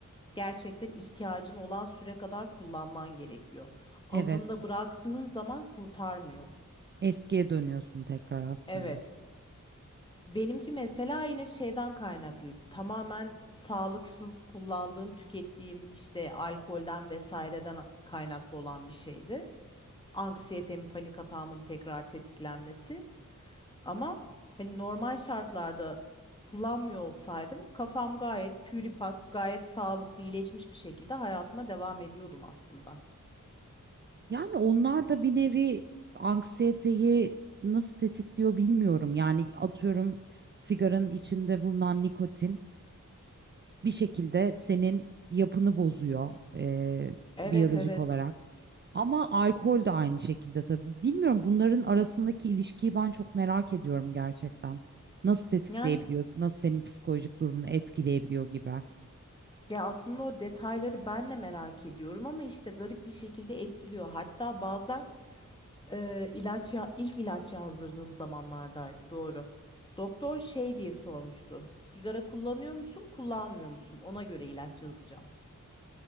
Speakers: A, on the left; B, on the right.
A: gerçekten ihtiyacın olan süre kadar kullanman gerekiyor. Azında
B: Evet.
A: bıraktığın zaman kurtarmıyor.
B: Eskiye dönüyorsun tekrar aslında.
A: Evet. Benimki mesela yine şeyden kaynaklıydı. Tamamen sağlıksız kullandığım, tükettiğim işte alkolden vesaireden kaynaklı olan bir şeydi. Anksiyetemi, panik atağımın tekrar tetiklenmesi. Ama hani normal şartlarda kullanmıyor olsaydım kafam gayet püripak, gayet sağlıklı, iyileşmiş bir şekilde hayatıma devam ediyordum aslında.
B: Yani onlar da bir nevi anksiyeteyi nasıl tetikliyor bilmiyorum. Yani atıyorum sigaranın içinde bulunan nikotin bir şekilde senin yapını bozuyor e,
A: Evet
B: biyolojik
A: evet.
B: olarak. Ama alkol de aynı şekilde tabii. Bilmiyorum bunların arasındaki ilişkiyi ben çok merak ediyorum gerçekten. Nasıl tetikleyebiliyor,
A: Yani
B: nasıl senin psikolojik durumunu etkileyebiliyor gibi.
A: ya aslında o detayları ben de merak ediyorum ama işte garip bir şekilde etkiliyor. Hatta bazen e, ilaç ya ilk ilaç yazdırdığım zamanlardaydı doğru. Doktor şey diye sormuştu. Sigara kullanıyor musun, kullanmıyor musun? Ona göre ilaç yazacağım.